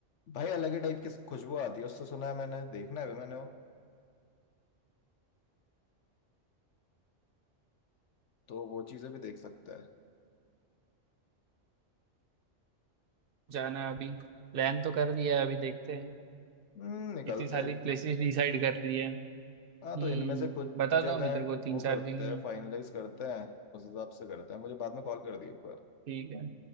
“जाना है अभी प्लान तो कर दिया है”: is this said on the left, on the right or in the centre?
Right